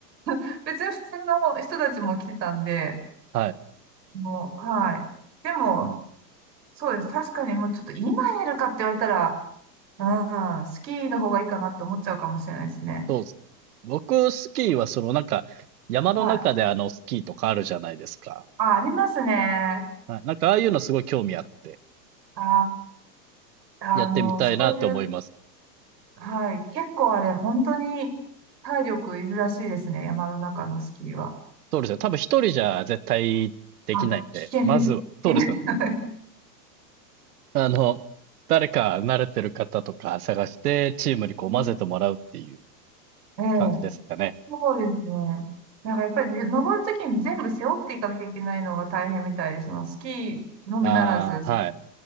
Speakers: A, on the right; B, on the right.
A: <laughs> 別に普通の人たちも来てたんで、
B: はい、
A: もう、はい。でも、
B: うん、
A: そうです。確かにもうちょっと今やるかって言われたら、うん、スキーの方がいいかなって思っちゃうかもしれないですね。
B: そうですね。僕、スキーはそのなんか、山の中であの、
A: はい。
B: スキーとかあるじゃないですか。
A: あ、ありますね。
B: はい、なんかああいうのすごい興味あって、
A: ああ、
B: やってみたいなって思います。
A: あの、そういうはい。結構あれ、本当に体力いるらしいですね。山の中のスキーは。
B: そうですよ。多分一人じゃ絶対できないんで、
A: あ、危険です。
B: まずは、そうですよね。
A: 危険です。
B: あの、誰か慣れてる方とか探して、チームにこう混ぜてもらうっていう
A: <laughs> ええ、
B: 感じですかね。
A: そうですね。なんかやっぱり登るときに全部背負っていかなきゃいけないのが大変みたいです。そのスキーのみならず、
B: ああ、
A: そ
B: はい。